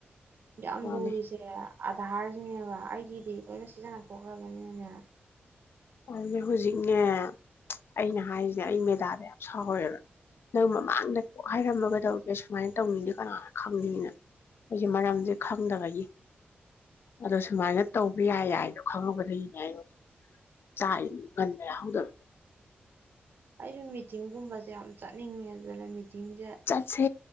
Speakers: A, on the right; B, on the left.
A: ꯌꯥꯝ
B: ꯃꯥꯅꯦ
A: ꯂꯨꯔꯤꯁꯦ ꯑꯙꯥꯔꯁꯤꯅꯦꯕ ꯑꯩꯒꯤꯗꯤ ꯂꯣꯏꯅ ꯁꯤꯖꯟꯅꯊꯈ꯭ꯔꯕꯅꯤꯅꯅꯦ
B: ꯑꯗꯨꯅꯦ ꯍꯧꯖꯤꯛꯅꯦ ꯑꯩꯅ ꯍꯥꯏꯔꯤꯁꯤꯅꯦ ꯑꯩ ꯃꯦꯗꯥꯗ ꯌꯥꯝ ꯁꯥꯎꯋꯦꯕ ꯅꯪ ꯃꯃꯥꯡꯗ ꯀꯣꯛ ꯍꯥꯏꯔꯝꯃꯒꯗꯧꯒꯦ ꯁꯨꯃꯥꯏꯅ ꯇꯧꯅꯤꯗ ꯀꯅꯥ ꯈꯪꯅꯤꯅ ꯑꯩꯁꯦ ꯃꯔꯝꯁꯦ ꯈꯪꯗꯕꯒꯤ ꯑꯗꯣ ꯁꯨꯃꯥꯏꯅ ꯇꯧꯕ ꯌꯥꯏ ꯌꯥꯏꯗꯣ ꯈꯪꯉꯕꯗꯒꯤꯅꯦ ꯑꯩ ꯍꯧꯖꯤꯛ ꯆꯥꯏ ꯀꯟꯌꯥ ꯍꯗꯦ
A: ꯑꯩꯁꯨ ꯃꯤꯇꯤꯡꯒꯨꯝꯕꯁꯦ ꯌꯥꯝ ꯆꯠꯅꯤꯡꯉꯦ ꯑꯗꯨ ꯃꯤꯇꯤꯡꯁꯦ
B: ꯆꯠꯁꯦ